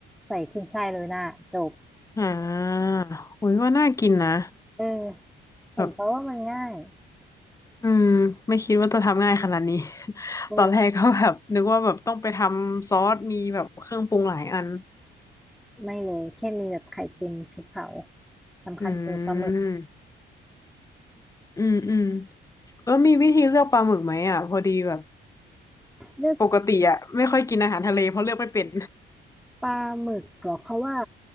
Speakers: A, in the centre; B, on the left (about 15°).
A: ใส่ขึ้นช่ายโรยหน้าจบ
B: อ่าโอ้ยว่าน่ากินนะ
A: เออเห็นเพราะว่ามันง่าย
B: แบบอืมไม่คิดว่าจะทำง่ายขนาดนี้ <laughs>
A: เออ
B: ตอนแรกก็แบบนึกว่าแบบต้องไปทำซอสมีแบบเครื่องปรุงหลายอัน
A: ไม่เลยแค่มีแบบไข่เค็มพริกเผาสำคัญคือปลาหมึก
B: อืมอืมอืมแล้วมีวิธีเลือกปลาหมึกไหมอ่ะพอดีแบบ
A: เลือก
B: ปกติอ่ะไม่ค่อยกินอาหารทะเลเพราะเลือกไม่เป็น
A: ปลาหมึกเหรอเขาว่า